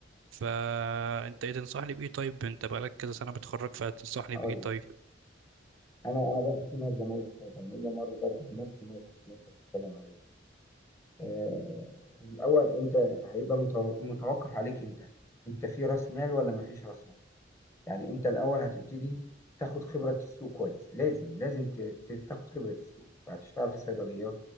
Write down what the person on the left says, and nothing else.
هقول
لك انا انا برضو في ناس زمايلي في الجمعيه مروا برضو بنفس الموقف اللي انت بتتكلم عليه ده آه، الاول انت هيبقى متو- متوقف عليك انت انت في راس مال ولا ما فيش راس مال يعني انت الاول هتبتدي تاخد خبره السوق كويس لازم لازم ت- ت- تاخد خبره السوق فهتشتغل في صيدليات